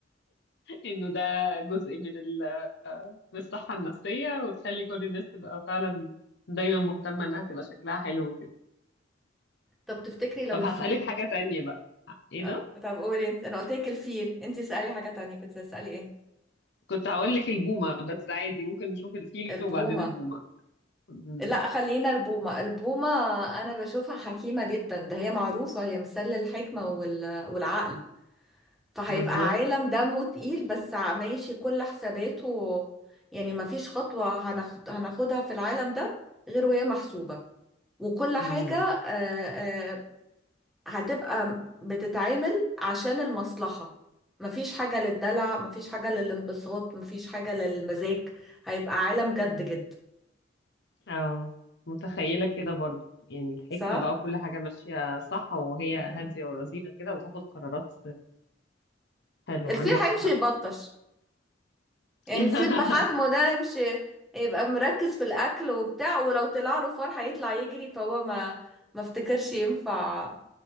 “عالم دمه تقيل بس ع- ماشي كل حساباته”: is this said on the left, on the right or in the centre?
Centre